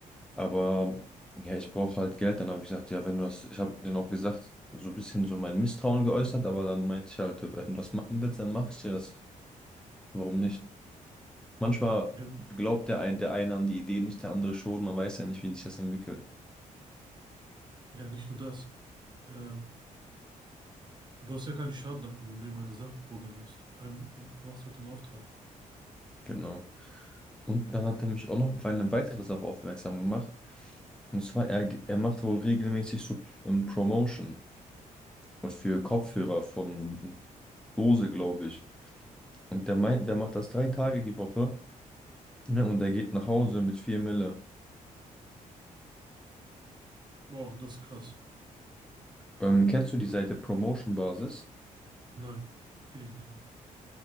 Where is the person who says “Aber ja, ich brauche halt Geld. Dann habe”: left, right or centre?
Centre